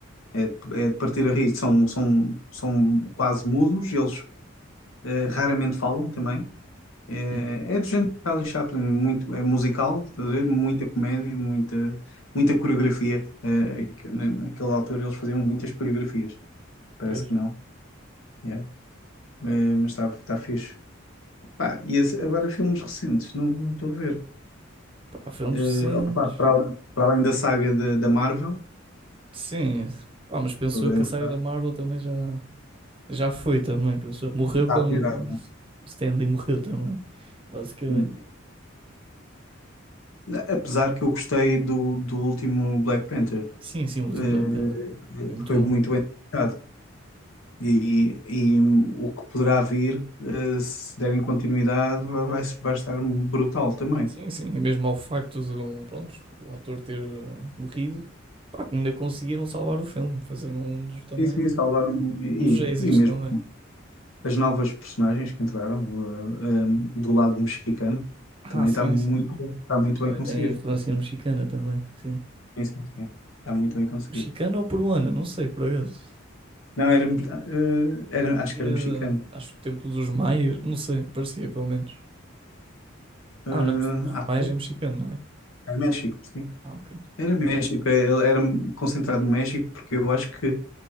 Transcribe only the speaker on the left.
É, é de partir a rir. São, são, são quase mudos, eles eh, raramente falam também. É,
é do género de Charlie Chaplin, muito, é musical, estás a ver? Muita comédia, muita, muita coreografia. É, que na- naquela altura eles faziam muitas coreografias, parece
que não. yeah. É, mas está tá tá fixe. Pá, e esse- agora filmes recentes, não não estou a ver.
É,
opá, para, al- para além da saga da da Marvel,
estou grande
fã,
está
a pirar.
Hum, Apesar que eu gostei do, do último Black Panther,
É,
foi
muito bem. tratado. E, e o que poderá vir, eh, se derem continuidade, vai, vai, vai estar brutal também.
Sim, sim, salvaram e,
e mesmo
as novas personagens que entraram eh, eh, do lado mexicano
também
está muito,
está muito
bem
conseguido.
Sim, sim, sim. Está muito bem conseguido.
Não, era, eh, era, acho
que era mexicano.
Eh,
ah,
foi?
Era México, sim.
Era México, é, ele era concentrado no México, porque eu acho que